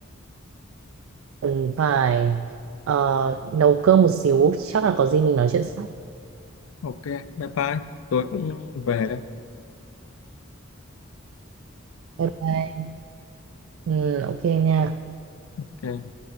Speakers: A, on the right; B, on the left.
A: cần phải ờ, nấu cơm một xíu chắc là có gì mình nói chuyện sau
B: ok bye bye tôi cũng về đây
A: bye bye ừ, ok nha
B: Ok.